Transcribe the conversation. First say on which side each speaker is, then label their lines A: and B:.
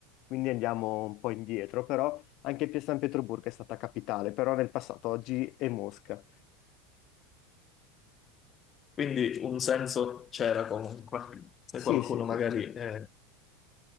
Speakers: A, on the left; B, on the left.
A: Quindi andiamo un po' indietro, però anche Pie- San Pietroburgo è stata capitale, però nel passato oggi è Mosca.
B: quindi un senso c'era comunque, se
A: Sì,
B: qualcuno
A: sì, sì,
B: magari...
A: sì.
B: eh,